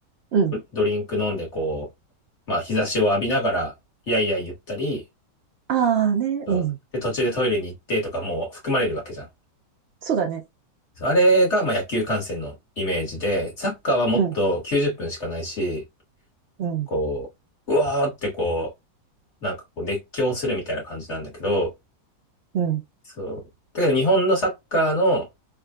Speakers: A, on the right; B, on the left.
A: うん。
B: ドリンク飲んでこう、まあ日差しを浴びながら、やいやい言ったり、
A: ああね。
B: そうで、
A: うん。
B: 途中でトイレに行ってとかも含まれるわけじゃん。
A: そうだね。
B: そうあれがまあ野球観戦のイメージで、サッカーはもっと90分しかないし、
A: うん。うん。
B: こう、うわーってこう、なんかこう熱狂するみたいな感じなんだけど、
A: うん。
B: そう。だけど日本のサッカーの、